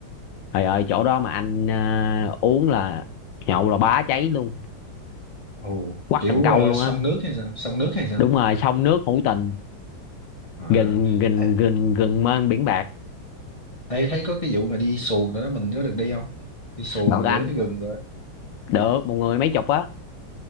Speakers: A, on the left; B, on the left.
A: Trời ơi chỗ đó mà anh ờ, uống là nhậu là bá cháy luôn
B: Ồ,
A: quắt
B: kiểu
A: cần câu
B: ờ,
A: luôn
B: sông
A: á
B: nước hay sao? Sông nước hay sao?
A: đúng rồi sông nước hữu tình
B: À,
A: gần gần
B: ê,
A: gần gần mênh biển bạc
B: ê, thấy có cái vụ mà đi xuồng đó, đó mình có được đi không? Đi xuồng
A: đợt anh
B: giữa cái rừng rồi á?
A: được một người mấy chục á